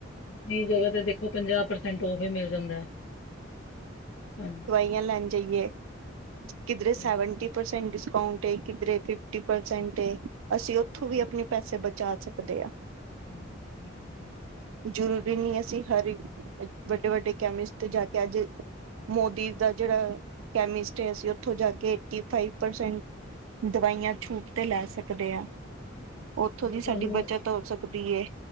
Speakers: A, on the left; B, on the right.
A: ਨਈ ਜਗ੍ਹਾ ਤਾਂ ਦੇਖੋ ਪੰਜਾਹ ਪ੍ਰਸੈਂਟ ਓਫ ਵੀ ਮਿਲ ਜਾਂਦਾ, ਹਾਂਜੀ
B: ਜਾਂ ਲੈਣ ਜਾਈਏ, ਕਿਧਰੇ ਸੈਵਨਟੀ
A: ਹਾਂਜੀ
B: ਪਰਸੈਟ ਡਿਸਕਾਊਂਟ ਏ, ਕਿਧਰੇ ਫਿਫਟੀ ਪਰਸੈਂਟ ਏ, ਅਸੀ ਉਥੋਂ ਵੀ ਆਪਣੇ ਪੈਸੇ ਬਚਾ ਸਕਦੇ ਆਂ
A: ਹਮ, ਸਹੀ ਲੈ ਰੇ
B: ਜ਼ਰੂਰੀ ਨਹੀ ਅਸੀ ਹਰ ਇੱਕ, ਵੱਡੇ- ਵੱਡੇ ਕੈਮਿਸਟ ਜਾ ਕੇ ਅੱਜ ਮੋਦੀ ਦਾ ਜੇੜਾ, ਕੈਮਿਸਟ ਆ ਅਸੀ ਉੱਥੋ ਜਾ ਕੇ ਏਟੀ ਫਾਈਵ ਪਰਸੈੰਟ ਦਵਾਈਆਂ ਛੂਟ ਤੇ ਲੈ ਸਕਦੇ ਐ ਓਥੋਂ ਦੀ ਸਾਡੀ
A: ਸਾਨੂੰ
B: ਬੱਚਤ ਹੋ ਸਕਦੀ ਏ